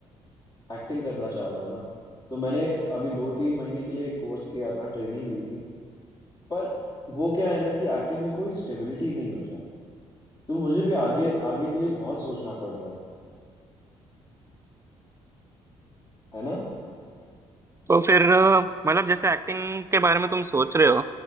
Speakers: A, on the left; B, on the right.
A: एक्टिंग करना चाह रहा हूँ ना तो मैंने अभी दो तीन महीने के लिए एक कोर्स किया था ट्रेनिंग ली थी पर वो क्या है ना कि एक्टिंग में कोई स्टेबिलिटी नहीं मिल रहा तो मुझे भी आगे आगे के लिए बहुत सोचना पड़ रहा है है ना
B: तो फिर अ, मतलब जैसे एक्टिंग के बारे में तुम सोच रहे हो